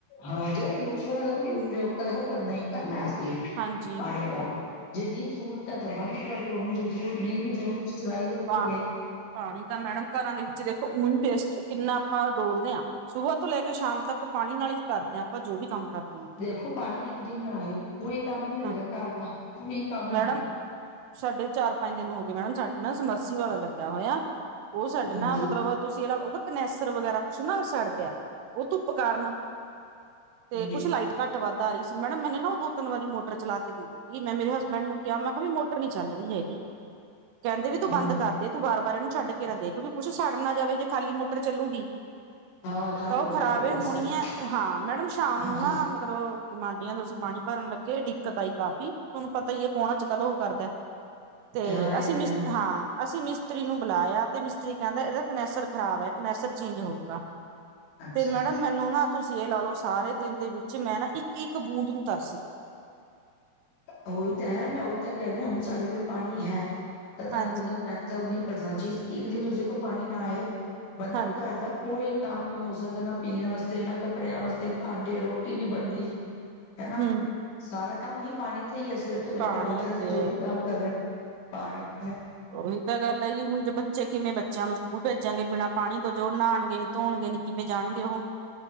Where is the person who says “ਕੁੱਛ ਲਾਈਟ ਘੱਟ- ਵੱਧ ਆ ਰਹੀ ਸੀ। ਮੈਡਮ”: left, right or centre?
Right